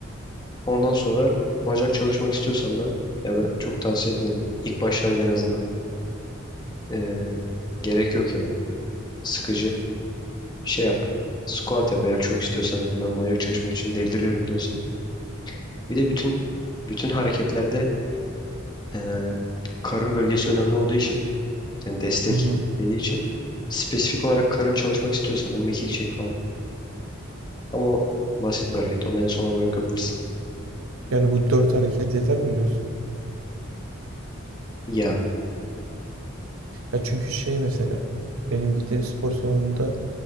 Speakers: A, on the left; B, on the right.
A: Ondan sonra bacak çalışmak istiyorsan da ya ben çok tavsiye etmiyorum. İlk başlarda en azından. Eee, gerek yok yani. Sıkıcı. Şey yap. Squat yap eğer çok istiyorsan yani ben bacak çalışmak için deliriyorum diyorsan. Bir de bütün bütün hareketlerde Ee, karın bölgesi önemli olduğu için yani destek
B: Hı hı.
A: dediği için spesifik olarak karın çalışmak istiyorsan da mekik çek falan. Ama o basit bir hareket. Onu en sona bırakabilirsin.
B: Yani bu dört hareket yeter mi diyorsun?
A: Ya
B: Ya çünkü şey mesela benim gittiğim spor salonunda